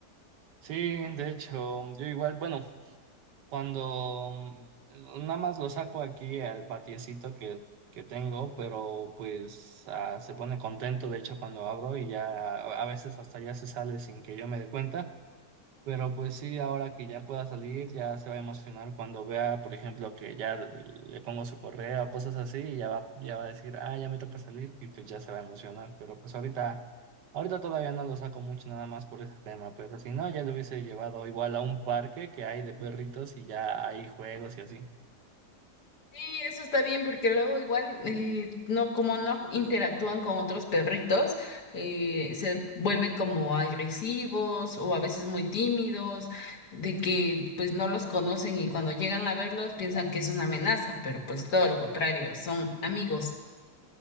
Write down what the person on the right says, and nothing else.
Sí, de hecho, yo igual, bueno, cuando mm, nada más lo saco aquí al patiecito que, que tengo, pero pues ah, se pone contento, de hecho, cuando abro y ya a a veces hasta ya se sale sin que yo me dé cuenta. Pero pues sí, ahora que ya pueda salir, ya se va a emocionar cuando vea, por ejemplo, que ya le pongo su correa o cosas así, y ya va, ya va a decir, ah, ya me toca salir, y pues ya se va a emocionar. Pero pues ahorita, ahorita todavía no lo saco mucho nada más por ese tema, pero si no, ya lo hubiese llevado igual a un parque que hay de perritos y ya hay juegos y así.